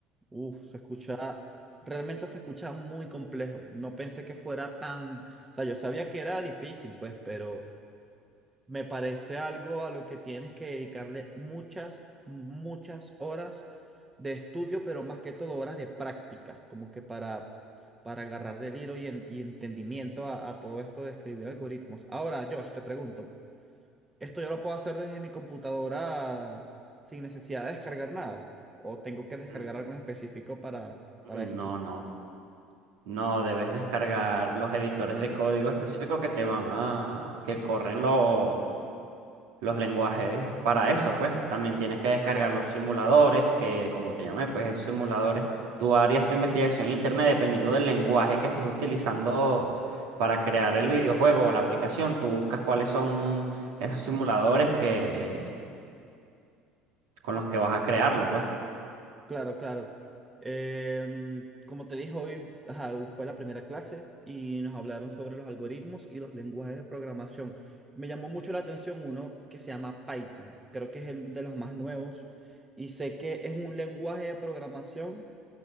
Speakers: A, on the right (about 15°); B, on the right (about 75°).
A: Uf, se escucha, realmente se escucha muy complejo. No pensé que fuera tan, o sea, yo sabía que era difícil, pues, pero me parece algo a lo que tienes que dedicarle muchas, muchas horas de estudio, pero más que todo horas de práctica, como que para, para agarrarle el hilo y, en- y entendimiento a, a todo esto de escribir algoritmos. Ahora, Josh, te pregunto. Esto yo lo puedo hacer desde mi computadora sin necesidad de descargar nada. O tengo que descargar
B: Mm.
A: algo en específico para, para
B: No,
A: esto.
B: no, no, debes descargar los editores de código específico que te van a, que corren los, los lenguajes para eso, pues. También tienes que descargar los simuladores, que como te llamé, pues esos simuladores, tú harías tu investigación en internet dependiendo del lenguaje que estés utilizando para crear el videojuego o la aplicación. Tú buscas cuáles son esos simuladores que con los que vas a crearlo, pues.
A: Claro, claro. Em, como te dije, hoy, ajá, hoy fue la primera clase y nos hablaron sobre los algoritmos y los lenguajes de programación. Me llamó mucho la atención uno que se llama Python. Creo que es el de los más nuevos. Y sé que es un lenguaje de programación